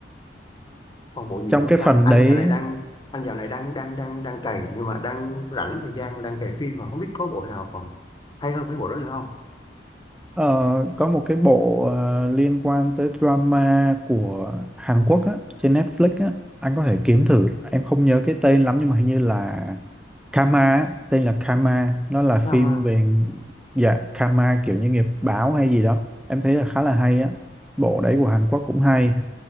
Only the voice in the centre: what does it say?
trong
cái
phần
đấy
ờ, có một cái bộ ờ, liên quan tới drama của Hàn Quốc á, trên Netflix á anh có thể kiếm thử em không nhớ cái tên lắm nhưng mà hình như là Karma á, tên là Karma nó là
phim
về dạ Karma kiểu như nghiệp báo hay gì đó em thấy là khá là hay á bộ đấy của Hàn Quốc cũng hay